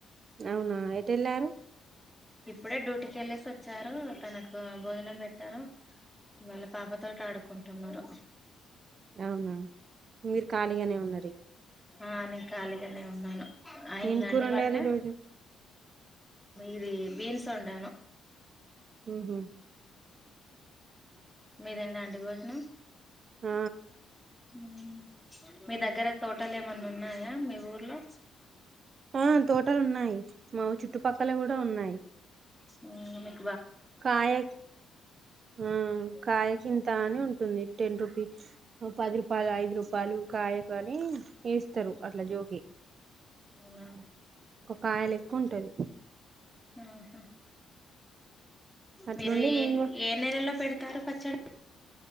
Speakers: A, on the right; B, in the centre.
A: అవునా ఎటెల్లారు
B: ఇప్పుడే డ్యూటీకి వెళ్ళసి వచ్చారు తనకు భోజనం పెట్టారు వాళ్ళ పాప తోటి ఆడుకుంటున్నారు
A: అవునా మీరు ఖాళీగానే ఉన్నారు ఇగ
B: ఆ నే ఖాళీగానే ఉన్నాను అయిందండి
A: ఏం కూర వండారు
B: వంట
A: ఈ రోజు
B: ఇది బీన్స్ ఒండాను
A: మ్హ్
B: మీదైందాండి భోజనం
A: ఆ
B: మ్ మీ దగ్గర తోటలు ఏమన్నా ఉన్నాయా మీ ఊర్లో
A: ఆ తోటలు ఉన్నాయి మా చుట్టుపక్కల కూడా ఉన్నాయి
B: ఆ
A: కాయ ఆ కాయకి ఇంత అని ఉంటుంది టెన్ రూపీ పది రూపాయలు ఐదు రూపాయలు కాయ కా అని వేస్తారు అట్లా జోక
B: అవునా
A: కాయలు ఎక్కువ ఉంటది
B: ఆహా
A: అట్లుండి
B: మీరు ఏ
A: మేము కూడా
B: ఏ నెలలో పెడతారు పచ్చడి